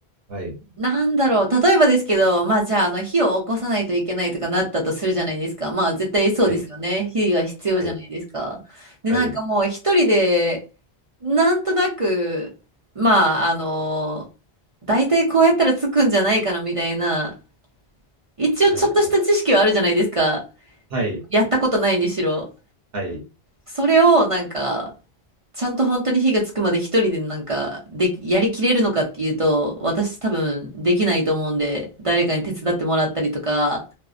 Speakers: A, on the right; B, on the right.
A: はい。
B: なんだろう。例えばですけど、まあじゃあ、あの、火を起こさないといけないとかなったとするじゃないですか。まあ絶対そうですよね。
A: はい。
B: 火が必要じゃないですか。
A: はい。
B: で、
A: はい。
B: なんかもう一人で、なんとなく、まあ、あの、大体こうやったらつくんじゃないかなみたいな、一応ちょっとした知識はあるじゃないですか。
A: はい。はい。
B: やったことないにしろ。
A: はい。
B: それをなんか、ちゃんと本当に火がつくまで一人でなんか、で、やりきれるのかっていうと、私多分できないと思うんで、誰かに手伝ってもらったりとか、